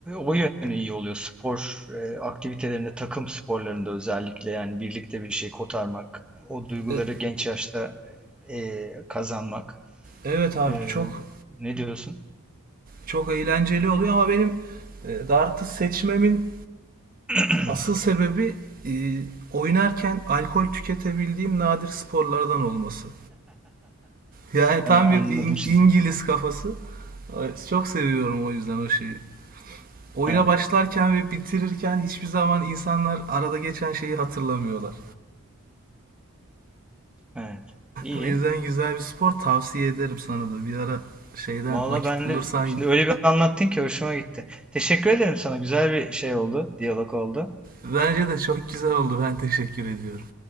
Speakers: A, in the centre; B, on the right.
A: o yönü iyi oluyor. Spor e, aktivitelerinde, takım sporlarında özellikle yani birlikte bir şey kotarmak, o duyguları
B: E,
A: genç yaşta e, kazanmak.
B: evet abi
A: E,
B: çok
A: ne diyorsun?
B: çok eğlenceli oluyor ama benim e, dartı seçmemin
A: <laughs>
B: asıl sebebi e, oynarken alkol tüketebildiğim nadir sporlardan olması. Yani tam
A: E, Anladım
B: bir İng-
A: şimdi.
B: İngiliz kafası. Çok seviyorum o yüzden o şeyi. Oyuna
A: Evet,
B: başlarken ve bitirirken hiçbir zaman insanlar arada geçen şeyi hatırlamıyorlar.
A: evet. İyi.
B: O, yüzden güzel bir spor tavsiye ederim sana da. Bir ara şeyden
A: Valla
B: vakit
A: ben
B: bulursan
A: de şimdi öyle bir anlattın ki hoşuma gitti. Teşekkür ederim sana. Güzel bir şey oldu, diyalog oldu.
B: bence de çok güzel oldu. Ben teşekkür ediyorum.